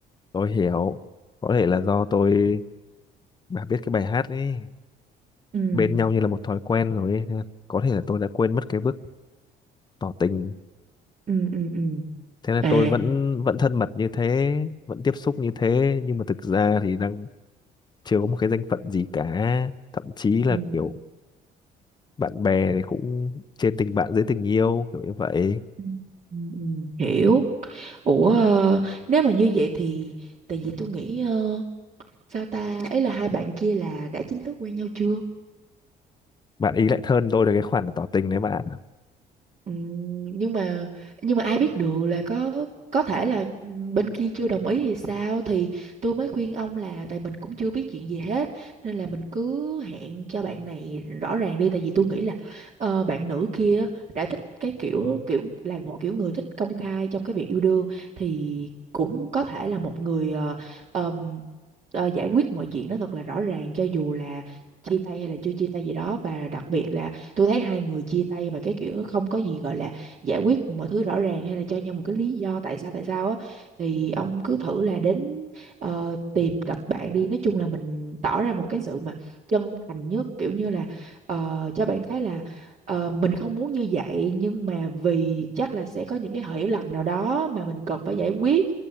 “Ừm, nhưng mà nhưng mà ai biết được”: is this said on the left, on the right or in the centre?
Right